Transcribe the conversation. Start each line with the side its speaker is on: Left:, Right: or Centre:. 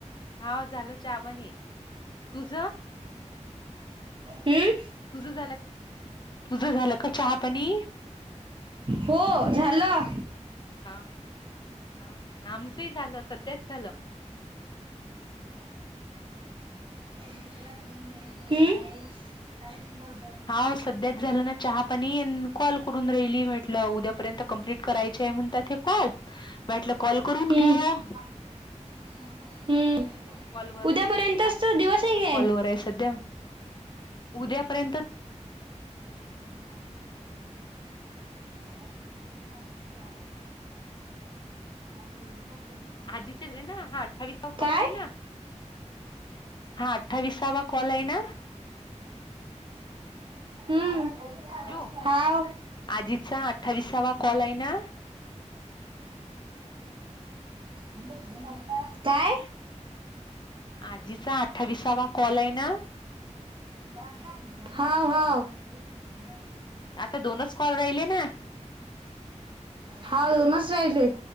Left: हा झालं चहापणी, तुझ?
Right: हम्म.
Left: तुझं झालं का? तुझ झालं का चहा, पणी?
Right: हो, झालं.
Left: हा, हाव काय, आमचंही झालं सध्याच झालं.
Right: हम्.
Left: आव, सध्याच झालं नाहीत. चहा पाणी, न कॉल करून राहिली म्हेटलं उद्यापर्यंत कंप्लीट करायचेय म्हणत्यात हे कॉल. माटलं कॉल करून
Right: हम्म
Left: घेऊया.
Right: <inaudible> हम्म
Left: म्हणून मग कॉलवर
Right: उद्यापर्यंतच
Left: आहे,
Right: तो दिवस
Left: हा
Right: आहे काय?
Left: कॉलवर आहे सध्या. उद्यापर्यंत
Right: <inaudible> <inaudible>
Left: आजचे रे ना, हा अठ्ठावीसचा कॉल
Right: काय
Left: आहे ना? हा अठ्ठावीसावा कॉल आहे ना?
Right: हम्म
Left: हॅलो.
Right: हाव.
Left: आजीचा अठ्ठावीसावा कॉल आहे ना?
Right: <unintelligible> काय
Left: आजीचा अठ्ठावीसावा कॉल आहे ना,
Right: <unintelligible> हाव हाव <unintelligible>
Left: आता दोनच कॉल राहिले ना,
Right: हाव दोनस राहिले.